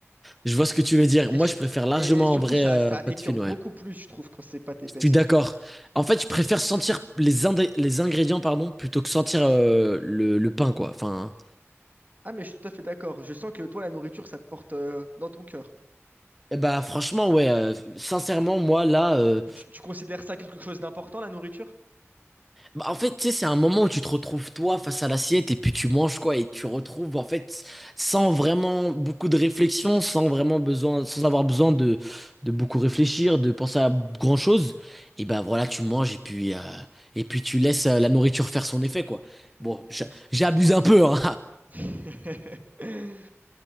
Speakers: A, in the centre; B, on the right.
A: je vois ce que tu veux dire.
B: Et,
A: Moi
B: su-
A: je préfère largement
B: et- et surtout,
A: en vrai
B: ça,
A: euh,
B: ça
A: pâtes
B: écœure
A: fines,
B: beaucoup
A: ouais.
B: plus, je trouve, quand c'est pâte épaisse.
A: Je suis d'accord. En fait, je préfère sentir les, indé- les ingrédients, pardon, plutôt que sentir euh, le, le pain, quoi. Enfin,
B: Ah, mais je suis tout à fait d'accord. Je sens que toi, la nourriture, ça te porte euh, dans ton cœur.
A: eh bah franchement, ouais. euh, sincèrement, moi là, euh,
B: Tu, tu- tu considères ça quelque chose d'important, la nourriture?
A: Bah, en fait, tu sais, c'est un moment où tu te retrouves toi face à l'assiette et puis tu manges quoi et tu retrouves en fait sans vraiment beaucoup de réflexion, sans vraiment besoin, sans avoir besoin de, de beaucoup réfléchir, de penser à grand chose. Et ben voilà, tu manges et puis euh, et puis tu laisses euh, la nourriture faire son effet quoi. Bon, j'a- j'abuse un peu, hein.
B: <laughs>